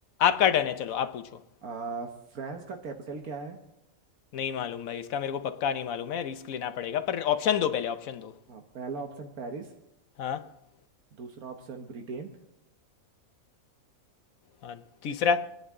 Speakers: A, on the left (about 75°); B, on the right (about 85°).
A: आपका टर्न है चलो आप पूछो
B: आ, फ्रांस का कैपिटल क्या है
A: नहीं मालूम भाई इसका मेरे को पक्का नहीं मालूम है रिस्क लेना पड़ेगा पर ऑप्शन दो पहले ऑप्शन दो
B: हाँ, पहला ऑप्शन पेरिस
A: हाँ
B: दूसरा ऑप्शन ब्रिटेन
A: हाँ तीसरा